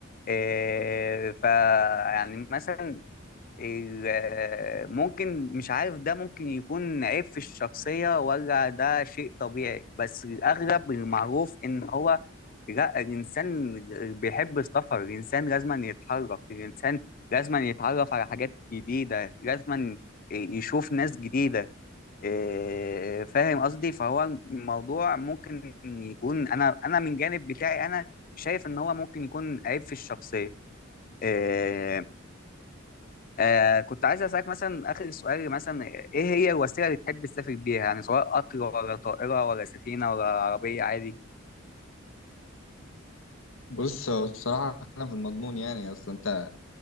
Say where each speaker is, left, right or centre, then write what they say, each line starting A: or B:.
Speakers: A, on the left (about 45°); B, on the left (about 85°).
A: آه، ف يعني مثلا ال- ممكن مش عارف ده ممكن يكون عيب في الشخصية ولا ده شيء طبيعي بس الأغلب المعروف إن هو لا الإنسان بيحب السفر الإنسان لازم يتحرك الإنسان لازم يتعرف على حاجات جديدة لازم يشوف ناس جديدة إيه، فاهم قصدي فهو الموضوع ممكن يكون أنا أنا من جانب بتاعي أنا شايف إن هو ممكن يكون عيب في الشخصية إيه، آه كنت عايز اسالك مثلا اخر سؤال مثلا ايه هي الوسيله اللي تحب تسافر بيها يعني سواء قطر ولا طائره ولا سفينه ولا عربيه عادي
B: بص هو الصراحة أنا في المضمون يعني أصل أنت